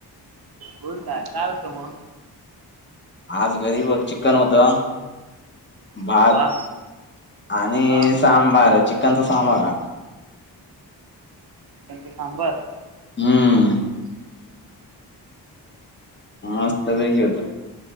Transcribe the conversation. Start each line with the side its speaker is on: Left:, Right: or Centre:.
Right: बोल काय काय होतं मग
Left: आज गरीब चिक्कन होतं भात
Right: अरे वा
Left: आणि
Right: हा
Left: सांबार चिकनचा सांबारा
Right: चिकनचे सांबर
Left: हम्म
Right: हम्म
Left: हात क होता